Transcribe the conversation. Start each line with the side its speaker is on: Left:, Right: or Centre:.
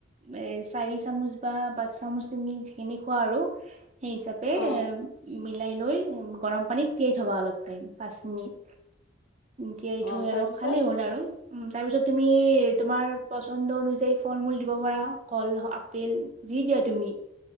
Right: এ চাৰি চামুচ বা পাঁচ চামুচ তুমি। সেইখিনি খোৱা আৰু সেই হিচাপে
Left: অ
Right: এ মিলাই লৈ উম, গৰম পানীত তিয়াই থবা অলপ টাইম পাঁচ মিনিট। তিয়াই
Left: অ
Right: থৈ
Left: তাৰপিছত
Right: আৰু খালেই হ'ল আৰু। উম তাৰ পিছত তুমি, তোমাৰ পচন্দ অনুযায়ী ফল-মূল দিব। দিব পাৰা কল হওঁক আপেল যি দিয়া তুমি।